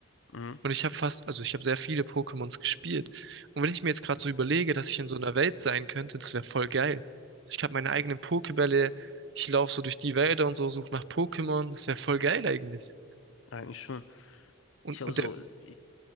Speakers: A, on the left; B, on the right.
A: Mhm,
B: Und ich habe fast, also ich habe sehr viele Pokémons gespielt. Und wenn ich mir jetzt gerade so überlege, dass ich in so einer Welt sein könnte, das wäre voll geil. Ich habe meine eigenen Pokébälle, ich laufe so durch die Wälder und so, suche nach Pokémon, das wäre voll geil eigentlich.
A: eigentlich schon.
B: Und,
A: Ich habe
B: und
A: so,
B: der,
A: ich,